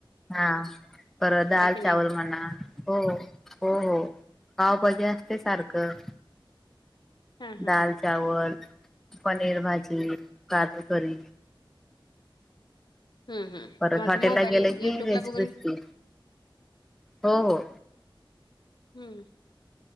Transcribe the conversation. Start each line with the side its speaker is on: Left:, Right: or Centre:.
Centre: हा. परत, दाल -
Left: नाही
Centre: चावल म्हणा. हो. हो, हो. पावभाजी असते, सारखं.
Left: हा हा
Centre: दाल -चावल, पनीर भाजी, काजू- करी.
Left: हम्, हम.
Centre: परत
Left: आसं.
Centre: हॉटेलला
Left: मोबाईल,
Centre: गेले की
Left: युट्यूब
Centre: व्हेज
Left: ला बघून.
Centre: क्रिस्पी हो हो
Left: हम्म.